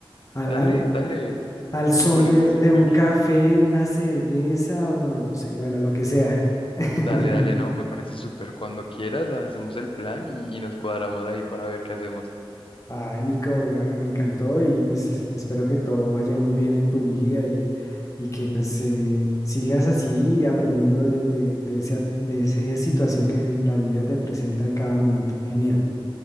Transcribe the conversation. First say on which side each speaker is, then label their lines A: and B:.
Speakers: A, on the left; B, on the left.
A: al,
B: Dale,
A: al,
B: dale,
A: al son
B: me parece
A: de,
B: súper.
A: de un café, una cerveza, no, no sé, bueno, lo que sea. <laughs>
B: Dale, dale, no, me parece súper. Cuando quieras, hacemos el plan y, y nos cuadramos ahí para ver qué hacemos.
A: Ah, Nico, bueno, me encantó y pues es- espero que todo vaya muy bien en tu vida y, y que pues eh, sigas así aprendiendo de, de, de esa, de esa situación que la vida te presenta en cada momento. Genial.